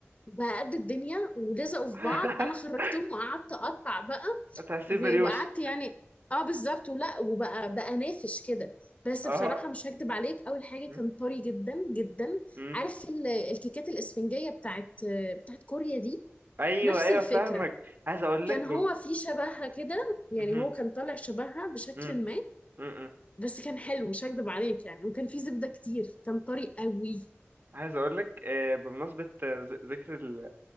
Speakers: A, on the left; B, on the right.
A: بقى قد الدنيا ولزقوا في
B: <laughs>
A: بعض انا خرجتهم وقعدت اقطع بقى
B: تحسيه
A: و-
B: بريوش
A: وقعدت يعني اه بالظبط ولا وبقى بقى نافش كده بس
B: اه
A: بصراحة مش هكدب عليك أول حاجة
B: مم.
A: كان طري جدا جدا
B: مم.
A: عارف ال- الكيكات الإسفنجية بتاعت بتاعت كوريا دي
B: ايوه
A: نفس
B: ايوه
A: الفكرة
B: فاهمك عايز اقول
A: كان
B: لك
A: هو
B: بب...
A: في شبهها كده يعني
B: مم.
A: هو كان طالع شبهها بشكل
B: مم.
A: ما
B: مم.
A: بس كان حلو مش هكدب عليك يعني وكان في زبدة كتير كان طري قوي
B: عايز اقول لك آه، بمناسبه آه، ذ- ذكر ال...